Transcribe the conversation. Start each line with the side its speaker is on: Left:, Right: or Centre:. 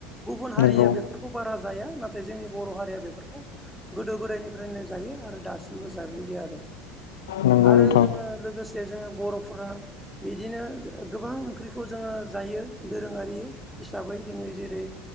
Centre: गुबुन हारिया
Left: नंगौ
Centre: बेफोरखौ बारा जाया नाथाय जोंनि बर' हारिया बेफोरखौ गोदो गोदायनिफ्रायनो जायो आरो दासिमबो जागुयो आरो
Left: नंगौ
Centre: आरो
Left: नोंथां
Centre: जोङो लोगोसे जे जोङो बर'फोरा बिदिनो गोबां ओंख्रिखौ जोङो जायो। दोरोङारि हिसाबै जोङो जेरै